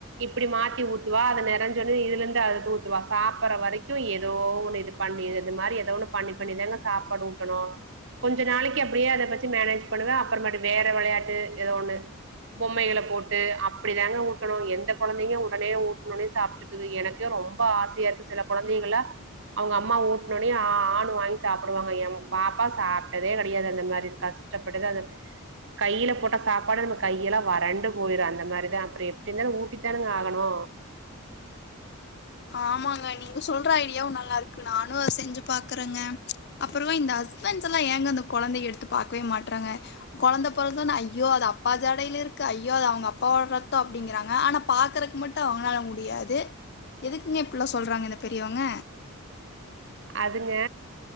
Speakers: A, on the right (about 55°); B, on the left (about 50°).
A: இப்படி மாத்தி ஊத்துவா அது நெறைஞ்சோன்னயு இதுல இருந்து அதுக் ஊத்துவா சாப்படுற வரைக்கு ஏதோ ஒண்ணு இது பண்ணி இது மாரி ஏதோ ஒண்ணு பண்ணி பண்ணிதாங்க சாப்பாடு ஊட்டணு கொஞ்ச நாளைக்கு அப்டியே அத வெச்சி மேனேஜ் பண்ணுவே அப்ற மறுவுடி வேற வெளையாட்டு எதோ ஒண்ணு பொம்மைகள போட்டு அப்படிதாங்க ஊட்டணு எந்த கொழந்தைங்க உடனே ஊட்னொனே சாப் டுது எனக்கே ரொம்ப ஆசையா இருக்கு சில கொழந்தைங்கல்லா அவங்க அம்மா ஊட்னொனே ஆ ஆனு வாங்கி சாப்புடுவாங்க எம் பாப்பா சாப்ட்டதே கெடையாது அந்த மாரி கஷ்டப் பட்டுதா அது கையில போட்டா சாப்பாடு நம்ம கையெல்லா வறண்டு போயிரு அந்த மாரிதா அப்பற எப்டி இருந்தாலு ஊட்டித்தானுங்க ஆகணு
B: ஆமாங்க நீங்க சொல்ற ஐடியாவு நல்லாருக்கு நானு அத செஞ்சு பாக்குறங்க அப்புறமா இந்த ஹஸ்பண்ட்ஸ் எல்லா ஏங்க அந்த கொழந்தைய எடுத்து பாக்கவே மாட்றாங்க கொழந்த பொறந்தொன ஐயோ அது அப்பா ஜாடைல இருக்கு ஐயோ அது அவங்க அப்பாவோட ரத்த அப்டிங்கறாங்க ஆனா பாக்குறக்கு மட் டு அவங்களால முடியாது எதுக்குங்க இப்படிலா சொல்றாங்க இந்த பெரியவங்க
A: அதுங்க